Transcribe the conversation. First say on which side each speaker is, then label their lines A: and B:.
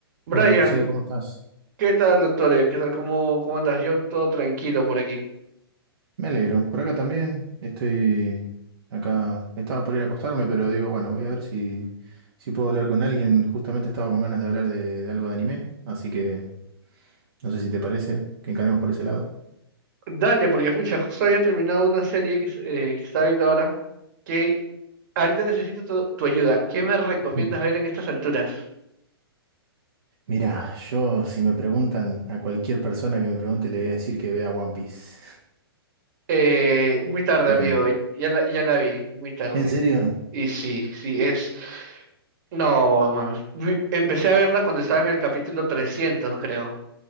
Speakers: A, on the right; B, on the right.
A: Brian,
B: Hola José, ¿cómo estás?
A: ¿qué tal, doctor? Eh, ¿Qué tal? ¿Cómo, cómo andas? Yo todo tranquilo por aquí.
B: Me alegro. Por acá también. Estoy acá. Estaba por ir a acostarme, pero digo, bueno, voy a ver si, si puedo hablar con alguien. Justamente estaba con ganas de hablar de, de algo de anime, así que no sé si te parece que encaremos por ese lado.
A: Dale, porque pucha, justo había terminado una serie que, es- eh, que estaba viendo ahora, que ahorita necesito tu, tu ayuda. ¿Qué me recomiendas
B: Ujú.
A: ver en estas alturas?
B: Mira, yo si me preguntan a cualquier persona que me pregunte, le voy a decir que vea One Piece,
A: Eh, muy
B: <laughs>
A: tarde,
B: pero
A: amigo.
B: no.
A: Ya la, ya la vi, muy tarde.
B: ¿En serio?
A: Y sí, sí, es... No, mames. Vi- Empecé a verla cuando estaba en el capítulo 300, creo.